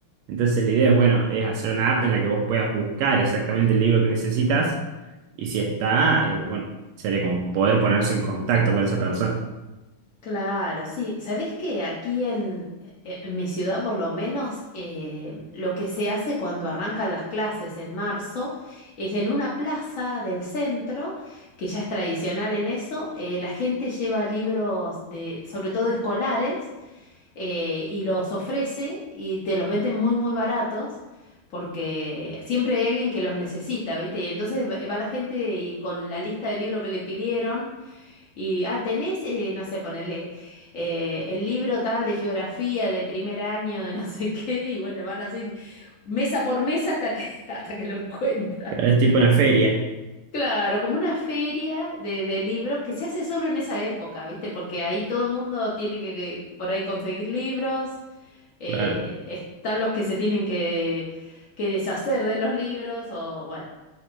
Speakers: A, on the right (about 85°); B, on the left (about 80°).
A: Entonces la idea es, bueno, es hacer una app en la que vos puedas buscar exactamente el libro que necesitas y si está, eh, bueno, sería como poder ponerse en contacto con esa persona.
B: Claro, sí. ¿Sabés que aquí en, e- en mi ciudad, por lo menos, eh, lo que se hace cuando arrancan las clases en marzo es en una plaza del centro, que ya es tradicional en eso, eh, la gente lleva libros de, sobre todo escolares, eh, y los ofrece y te los venden muy, muy baratos. Porque siempre hay alguien que los necesita, ¿viste? Y entonces va va la gente y con la lista de libros que le pidieron y, ah, tenés, eh, no sé, ponerle el libro tal de geografía de primer año, de no sé qué, y bueno, van así mesa por mesa hasta que, <laughs> hasta que lo encuentran.
A: Claro, Es tipo una feria,
B: Claro, como una feria de, de libros que se hace solo en esa época, ¿viste? Porque ahí todo el mundo tiene que, que por ahí conseguir libros, eh,
A: claro.
B: están los que se tienen que, que deshacer de los libros, o bueno,